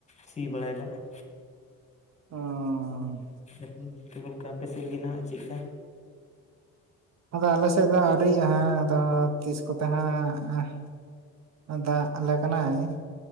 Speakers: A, on the left; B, on the right.
A: ᱥᱤ ᱵᱟᱲᱟᱭᱮᱫᱟ ᱾
B: ᱚᱻ ᱾
A: <unintelligible> ᱚᱱᱛᱮ ᱜᱚᱝᱠᱮ ᱟᱯᱮ ᱥᱮᱫ ᱜᱮ ᱱᱟᱦᱟᱜ ᱪᱮᱫᱠᱟ?
B: ᱟᱫᱚ ᱟᱞᱮ ᱥᱮᱫ ᱫᱚ ᱟᱹᱣᱨᱤ ᱟᱦᱟᱸᱜ ᱟᱫᱚ ᱛᱤᱥ ᱠᱚᱛᱮ ᱦᱟᱸᱜ ᱫᱟᱜ ᱟᱞᱮ ᱠᱟᱱᱟᱭ